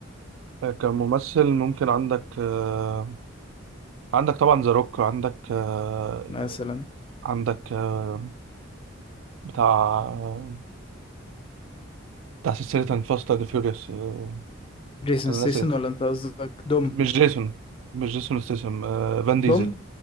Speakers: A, on the right; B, on the left.
A: كممثل ممكن عندك آه، عندك طبعا ذا روك عندك آه،
B: مثلا
A: عندك آه، بتاع آه، بتاع سلسلة فاست أند فيوريوس أنا
B: جيسون ستيسن
A: آسف
B: ولا انت قصدك دوم
A: مش جيسون مش جيسون ستاثام آه، فان ديزل
B: دوم